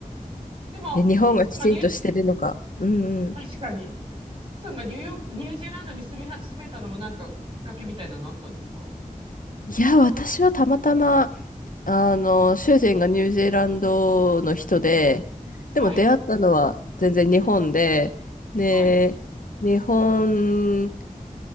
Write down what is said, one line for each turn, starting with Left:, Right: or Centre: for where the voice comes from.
Left: <laughs>
Right: でも、
Left: え、日本がきちんとしてるのか。
Right: スッさがニュー、
Left: うんうん。
Right: 確かに、スッツンがニューヨーク、ニュージーランドに住み始めたのもなんか、きっかけみたいなのあったんですか
Left: いや、私はたまたま、あの、主人がニュージーランドの人で、
Right: うんうん。
Left: でも出会ったのは全然日本で、
Right: はい、
Left: ね、
Right: はい、
Left: 日本